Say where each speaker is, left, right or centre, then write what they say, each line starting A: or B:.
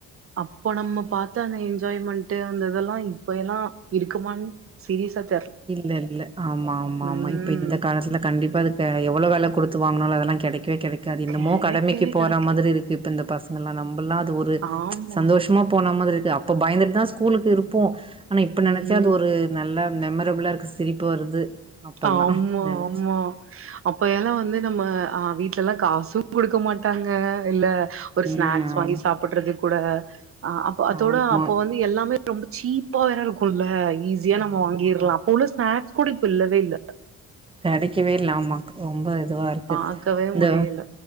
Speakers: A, on the right; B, on the right.
A: அப்பொ நம்ம பாத்த அந்த எஞ்ஜாய்மண்ட்டு அந்த இதெல்லா இப்ப எல்லா இருக்குமான் சீரியசாத்
B: இல்லல்ல ஆமாம்மாம்மா
A: ம்
B: இப்ப இந்த காலத்துல கண்டிப்பா அது த எவ்வளோ வெல குடுத்து வாங்னாலு அதெல்லா கெடைக்கவே கெடைக் க்கு அது என்னமோ
A: கெடைக்கவே
B: கடமைக்கு போற
A: கெடைக்காது
B: மாதிரி இருக்கு இப்ப இந்த பசங்கெல்லா நம்பல்லா அது ஒரு
A: ஆமா
B: சந்தோஷமா போன மாதிரி து அப்போ பயந்துட்டுதா ஸ்கூலுக்கு இருப்போ ஆனா இப்ப நெனச்சா
A: ம்
B: அது ஒரு நல்ல மெமரபுலா இருக்கு சிரிப்பு வருது அப்பல்லா
A: ஆம்மா
B: நெனச்சு.
A: ஆம்மா அப்ப எல்லா வந்து நம்ம ஆ வீட்லெல்லா காசூங் குடுக்க மாட்டாங்க இல்ல ஒரு
B: ம்
A: ஸ்நேக்ஸ் வாங்கி
B: ஆமா.
A: சாப்புட்டுறதுக் குட ஆ அப்ப அதோட
B: ஆமா.
A: அப்போ வந்து எல்லாமே ரொம்ப சீப்பா வேற இருக்குல்ல ஈஸியா நம்ம
B: ஆமா
A: வாங்கிற்லா அப்ப உள்ள ஸ்னக்ஸ் கூட இப்ப இல்ல வெயில்ல
B: கடைக்கவே இல்ல ஆமா ரொம்ப இதுவா இருக்கு
A: பாக்கவே
B: இந்த
A: முடியல